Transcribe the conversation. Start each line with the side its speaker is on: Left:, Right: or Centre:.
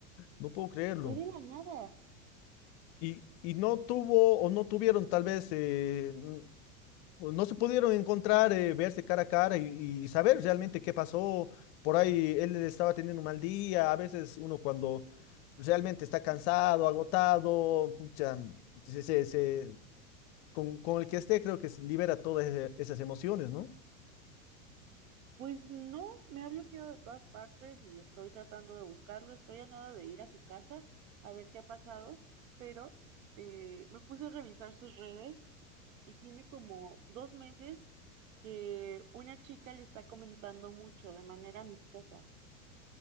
Left: no puedo creerlo.
Right: Fue de la nada.
Left: Y, y no tuvo o no tuvieron tal vez, eh, no se pudieron encontrar, eh, verse cara a cara y, y saber realmente qué pasó. Por ahí él estaba teniendo un mal día. A veces uno cuando realmente está cansado, agotado, pucha, se, se- se- con, con el que esté creo que se libera todas ese- esas emociones, ¿no?
Right: Pues no, me ha bloqueado de todas partes y estoy tratando de buscarlo, estoy a nada de ir a su casa a ver qué ha pasado, pero eh, me puse a revisar sus redes y tiene como dos meses que una chica le está comentando mucho de manera amistosa.